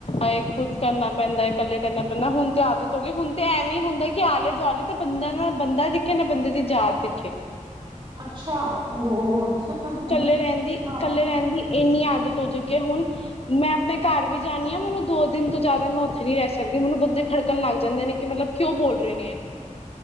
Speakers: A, on the left; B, on the right.
A: ਇਹ ਖੁੱਦ ਕਰਨਾ ਪੈਂਦਾ ਇਕੱਲੇ ਕਰਨਾ ਪੈਂਦਾ ਹੁਣ ਤੇ ਆਦਤ ਹੋ ਗਈ ਹੁਣ ਤੇ ਐਵੇਂ ਹੁੰਦਾ ਕਿ ਆਲੇ ਦੁਆਲੇ ਤੇ ਬੰਦਾ ਨਾ ਬੰਦਾ ਦਿਖੇ ਨਾ ਬੰਦੇ ਦੀ ਜਾਤ ਦਿਖੇ।
B: ਅੱਛਾ ਹੋ ਅੱਛਾ।
A: ਇਕੱਲੇ ਰਹਿੰਦੀ
B: ਹਾਂ
A: ਇਕੱਲੇ ਰਹਿੰਦੀ ਇੰਨੀ ਆਦਤ ਹੋ ਚੁਕੀ ਹੈ ਹੁਣ ਮੈਂ ਆਪਣੇ ਘਰ ਵੀ ਜਾਣੀ ਹਾਂ ਮੈਨੂੰ ਦੋ ਦਿਨ ਤੋਂ ਜ਼ਿਆਦਾ ਮੈਂ ਉੱਥੇ ਨੀ ਰਹਿ ਸਕਦੀ ਮੈਨੂੰ ਬੰਦੇ ਖੜਕਣ ਲੱਗ ਜਾਂਦੇ ਨੇ ਕਿ ਮਤਲਬ ਕਿਉਂ ਬੋਲ ਰਹੇ ਨੇ ਹੈ।